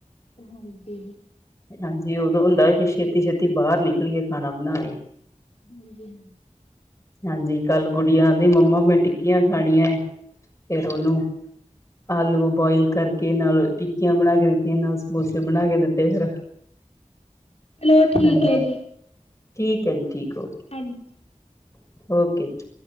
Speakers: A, on the left; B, on the left.
A: ਹਾਂਜੀ
B: ਹਾਂਜੀ ਉਦੋਂ ਹੁੰਦਾ ਕਿ ਛੇਤੀ ਛੇਤੀ ਬਾਹਰ ਨਿਕਲੀਏ ਖਾਣਾ ਬਣਾ ਕੇ
A: ਹਾਂਜੀ
B: ਹਾਂਜੀ ਕੱਲ ਗੁੜੀ ਆਂਦੀ ਮੰਮਾ ਮੈਂ ਟਿੱਕੀਆਂ ਖਾਣੀਆਂ ਫਿਰ ਉਹਨੂੰ ਆਲੂ ਉਬਾਲ ਕਰਕੇ ਨਾਲ ਟਿੱਕੀਆਂ ਬਣਾ ਕੇ ਦਿੱਤੀਆਂ ਨਾਲ ਸਮੋਸੇ ਬਣਾ ਕੇ ਦਿੱਤੇ ਫਿਰ
A: ਚਲੋ ਠੀਕ
B: ਹਾਂਜੀ
A: ਹੈ ਜੀ
B: ਠੀਕ ਹੈ ਜੀ ਠੀਕ ਹੈ
A: ਹਾਂਜੀ
B: ਓਕੇ ਜੀ